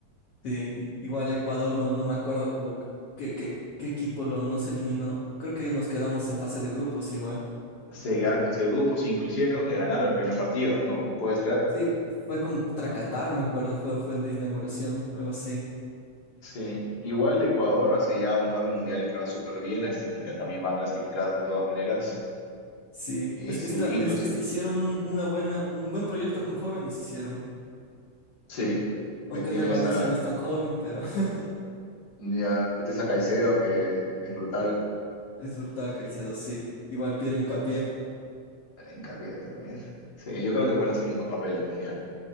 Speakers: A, on the left; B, on the left.
A: Sí, i- igual Ecuador, no, no me acuerdo co- qué, qué, qué equipo lo nos eliminó. Creo que nos quedamos en fase de grupos igual.
B: Se quedaron en fase de grupos, inclusive creo que ganaron el primer partido, ¿no? Puede ser.
A: Sí, fue contra Qatar, me acuerdo, fue, fue el de inauguración, algo así.
B: Sí, igual Ecuador hace ya un par de mundiales que va súper bien, a este mundial también va a clasificar de todas maneras.
A: Sí,
B: Y
A: es
B: sí,
A: que está,
B: inclusive,
A: es que hicieron un, una buena, un buen proyecto con jóvenes hicieron.
B: sí,
A: Aunque
B: ahí tienes
A: en el Valencia
B: a,
A: no es tan joven, pero <laughs>
B: ya, tienes a Caicedo que es brutal,
A: es brutal, Caicedo, sí. Igual Piero Hincapié.
B: hincapié también. Sí, yo creo que pueden hacer un buen papel en el mundial.